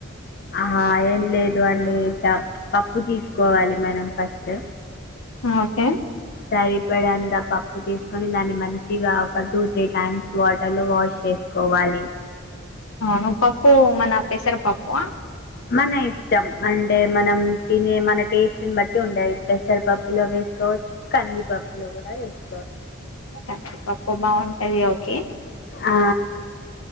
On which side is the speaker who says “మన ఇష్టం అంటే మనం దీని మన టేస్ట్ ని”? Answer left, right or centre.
Left